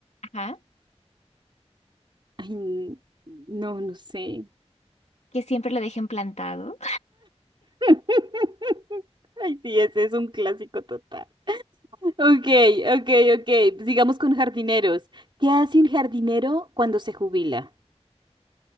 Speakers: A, on the left; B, on the right.
A: Ajá.
B: Ay, n- no, no sé.
A: que siempre lo dejen plantado.
B: <laughs> Ay, sí, ese es un clásico total. Ok, ok, ok. Sigamos con jardineros. ¿Qué hace un jardinero cuando se jubila?